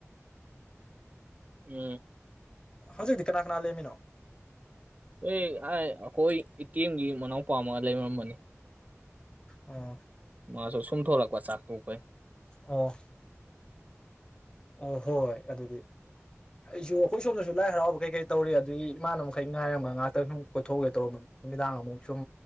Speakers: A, on the right; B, on the left.
A: ꯎꯝ
B: ꯍꯧꯖꯤꯛꯇꯤ ꯀꯅꯥ ꯀꯅꯥ ꯂꯩꯔꯝꯃꯤꯅꯣ
A: ꯑꯦ ꯑꯩꯈꯣꯏ ꯏꯇꯦꯝꯒꯤ ꯃꯅꯥꯎꯄꯥꯝꯃꯒ ꯂꯩꯃꯔꯝꯕꯅꯤ
B: ꯑꯣ
A: ꯃꯥꯁꯨ ꯁꯨꯝ ꯊꯣꯛꯂꯛꯄ ꯆꯥꯛ ꯇꯣꯛꯄꯩ
B: ꯑꯣ ꯑꯣ ꯍꯣꯏ ꯍꯣꯏ ꯑꯗꯨꯗꯤ ꯑꯩꯁꯨ ꯑꯩꯈꯣꯏ ꯁꯣꯝꯗꯁꯨ ꯂꯥꯏ ꯍꯔꯥꯎꯕ ꯀꯩ ꯀꯩ ꯇꯧꯔꯤ ꯑꯗꯨꯒꯤ ꯏꯃꯥꯟꯅꯕ ꯃꯈꯩ ꯉꯥꯏꯔꯝꯕ ꯉꯍꯥꯛꯇꯪ ꯁꯨꯝ ꯀꯣꯏꯊꯣꯛꯎꯒꯦ ꯇꯧꯔꯝꯕꯅꯤ ꯅꯨꯃꯤꯗꯥꯡ ꯑꯃꯨꯛ ꯁꯨꯝ